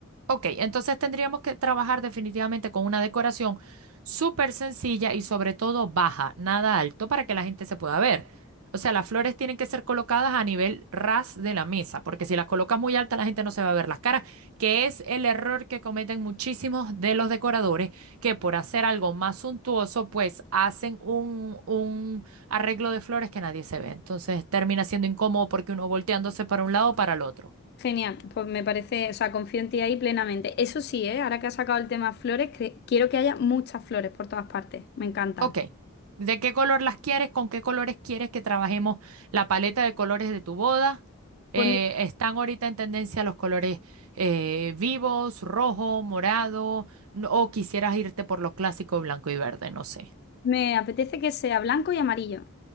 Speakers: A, on the right (about 85°); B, on the left (about 50°).
A: Ok, entonces tendríamos que trabajar definitivamente con una decoración súper sencilla y sobre todo baja, nada alto, para que la gente se pueda ver. O sea, las flores tienen que ser colocadas a nivel ras de la mesa, porque si las colocas muy alta, la gente no se va a ver las caras, que es el error que cometen muchísimos de los decoradores, que por hacer algo más suntuoso, pues hacen un, un arreglo de flores que nadie se ve. Entonces termina siendo incómodo porque uno volteándose para un lado o para el otro.
B: Genial, pues me parece, o sea, confío en ti ahí plenamente. Eso sí, ¿eh? Ahora que has sacado el tema flores, cre- quiero que haya muchas flores por todas partes. Me encantan.
A: Ok. ¿De qué color las quieres? ¿Con qué colores quieres que trabajemos la paleta de colores de tu boda?
B: Pues
A: Eh,
B: mira,
A: están ahorita en tendencia los colores eh, vivos, rojo, morado, no- o quisieras irte por lo clásico blanco y verde, no sé.
B: me apetece que sea blanco y amarillo.